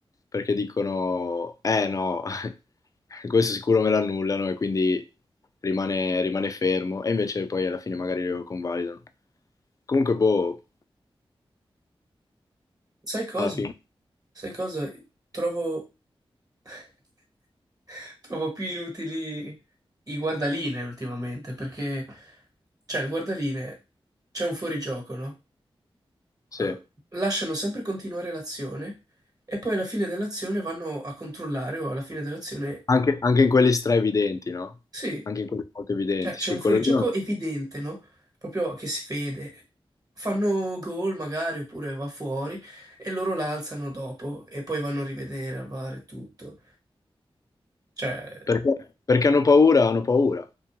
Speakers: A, on the left; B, on the right.
A: perché dicono, eh no, <laughs> questo sicuro me l'annullano e quindi rimane, rimane fermo e invece poi alla fine magari lo convalidano. Comunque, boh,
B: Sai cosa?
A: alla fine,
B: Sai cosa? Trovo... <laughs> Trovo più inutili i guardaline ultimamente, perché, cioè, il guardaline c'è un fuorigioco, no?
A: sì.
B: Eh, lasciano sempre continuare l'azione e poi alla fine dell'azione vanno a controllare o alla fine dell'azione...
A: Anche, anche in quelli straevidenti, no?
B: Sì,
A: Anche in quelli molto evidenti,
B: cioè, c'è
A: sì,
B: un
A: quello
B: fuorigioco
A: lì non-
B: evidente, no? Proprio che si vede. Fanno gol magari oppure va fuori e loro l'alzano dopo e poi vanno a rivedere al VAR e tutto. Cioè...
A: Perché, perché hanno paura, hanno paura.